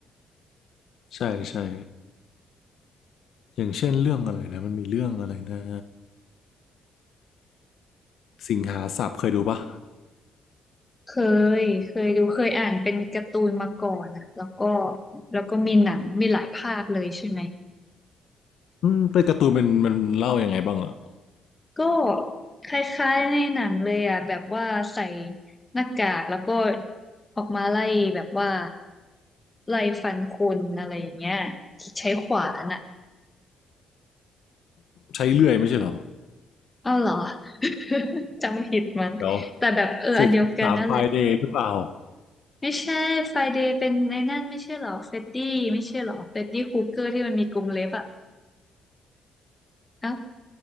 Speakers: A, on the left; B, on the left.
A: ใช่ใช่อย่างเช่นเรื่องอะไรนะมันมีเรื่องอะไรนะสิงหาสับเคยดูปะ
B: เคยเคยดูเคยอ่านเป็นการ์ตูนมาก่อนอ่ะแล้วก็แล้วก็มีหนังมีหลายภาคเลยใช่ไหม
A: อืมเป็นการ์ตูนมันมันเล่ายังไงบ้างอะ
B: ก็คล้ายๆในหนังเลยอ่ะแบบว่าใส่หน้ากากแล้วก็ออกมาไล่แบบว่าไล่ฟันคนอะไรอย่างเงี้ยใช้ขวานอ่ะ
A: ใช้เลื่อยไม่ใช่เหรอ
B: อ้าวเหรอ <laughs> จำผิดมั้งแต่แบบเอออันเดียวกันนั่นแหละ
A: เดี๋ยวสุกสามไฟเดย์หรือเปล่า
B: ไม่ใช่ไฟเดย์เป็นในนั่นไม่ใช่เหรอเฟดดี้ไม่ใช่เหรอเฟดดี้คูเกอร์ที่มันมีกรงเล็บอ่ะเอ้าว